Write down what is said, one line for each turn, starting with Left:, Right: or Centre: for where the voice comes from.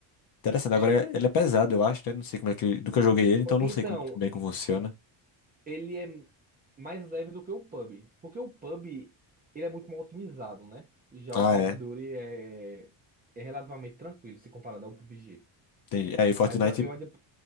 Left: Interessante,
Right: É,
Left: agora ele é pesado, eu acho, né? Não sei como é que. Nunca joguei ele, então não
Right: então,
Left: sei como- muito bem como funciona.
Right: ele é mais leve do que o pub porque o pub ele é muito mal otimizado, né? Já
Left: Ah,
Right: o Call
Left: é.
Right: of Duty é, é relativamente tranquilo se comparado ao PUBG.
Left: Entendi. É, e Fortnite
Right: Mas eu, eu ainda.